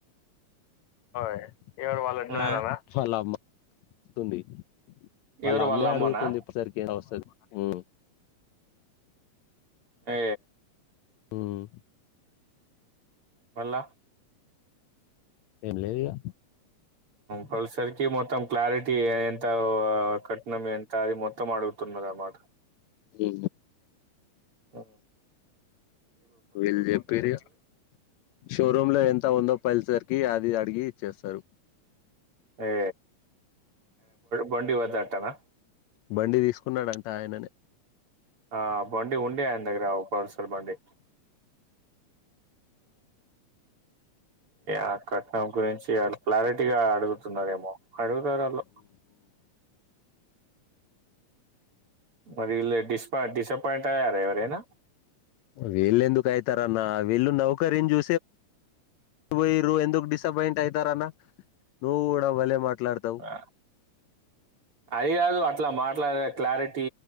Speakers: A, on the left; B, on the right.
A: అయ ఎవరు వాళ్ళుంట్ల
B: ఆ
A: నాన నా వల్ల అమ్మ ఉంది వాళ్ళ
B: ఎవరు
A: అమ్మ ఎ
B: అమ్మనా
A: అడుగుతుంది ఇప్పటిసరికి ఏ అస్తుంది ఉం
B: ఏ
A: ఉం
B: వళ్ళ
A: ఏం లేదిగా
B: ఫల్సర్కి మొత్తం క్లారిటీ ఎంత కట్నం ఎంత అది మొత్తం మగుతున్నది మాట
A: ఉ
B: ఆ
A: వీళ్ళు చెప్పిరిగా షోరూమ్ లో ఎంత ఉందో పల్సర్ అది అడిగి చేస్తారు
B: ఏ బండి వా నా
A: బండి తీసుకున్నాడంట ఆయననే
B: ఆ బండి ఉండి ఆయన దగ్గర పసలు బండి ఆ కట్నం గురించి ఆ క్లారిటీగా అడుగుతున్నారేమో అడుగుతారు అట్లా మరి ఇ డిస్పా డిసప్పయిట్ర ఎవర ఏనా
A: వీళ్ళు ఎందుకు వీళ్ళు నౌకరని చూ పో ఎందుకు డిసప్పయింట్ అవుతారన్నా నువవులే మాట్లాడుతావు
B: ఆ, అది కాదు అట్లా మా క్లా క్లారిటీ